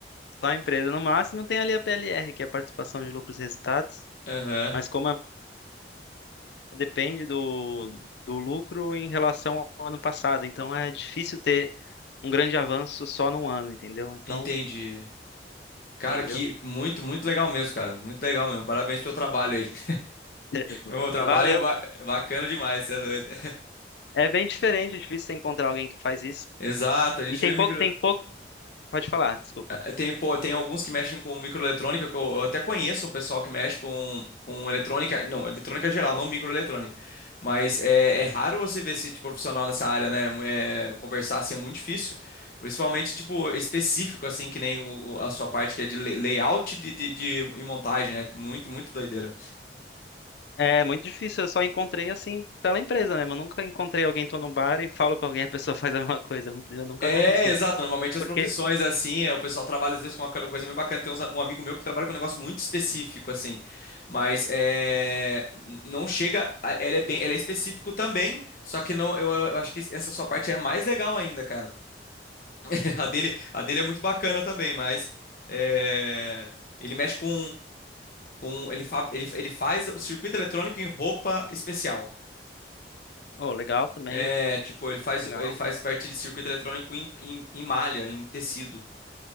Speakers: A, on the left; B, on the left.
A: só empresa. No máximo tem ali a PLR, que é a participação de lucros e resultados,
B: Aham.
A: mas como é- depende do, do lucro em relação ao ano passado, então é difícil ter um grande avanço só num ano, entendeu? Então,
B: Entendi. Cara,
A: entendeu?
B: que muito, muito legal mesmo, cara. Muito legal mesmo. Parabéns pelo trabalho aí. <laughs>
A: <laughs>
B: O trabalho
A: Valeu.
B: ba- bacana demais, você é doido.
A: É bem diferente, é difícil você encontrar alguém que faz isso.
B: Exato, a gente
A: E tem
B: vê
A: pouco,
B: micro...
A: tem pouco. Pode falar, desculpa.
B: eh, tem, pô, tem alguns que mexem com microeletrônica, que eu eu até conheço um pessoal que mexe com, com eletrônica, não, eletrônica geral, não microeletrônica. Mas é, é raro você ver esse tipo de profissional nessa área, né? é, conversar assim é muito difícil, principalmente tipo específico assim, que nem o- o- a sua parte que é de lay- layout de, de, de- e montagem, né? Muito, muito doideira.
A: É muito difícil, eu só encontrei assim pela empresa mesmo. Eu nunca encontrei alguém, tô no bar e falo com alguém, a pessoa <laughs> faz a mesma coisa. Muito- Nunca
B: É,
A: aconteceu.
B: exato. Normalmente as
A: Porque,
B: profissões, assim, é, o pessoal trabalha às vezes com uma co- coisa bem bacana. Tem uns a- um amigo meu que trabalha com um negócio muito específico, assim. Mas é, n- não chega. a- Ele é bem, ele é específico também. Só que não, eu, eu eu acho que essa sua parte é mais legal ainda, cara. <laughs> A dele, a dele é muito bacana também, mas é, ele mexe com, com ele, fa, ele, ele faz o circuito eletrônico em roupa especial.
A: oh, legal também,
B: É, tipo, ele faz,
A: legal.
B: ele faz parte de circuito eletrônico em, em, em malha, em tecido.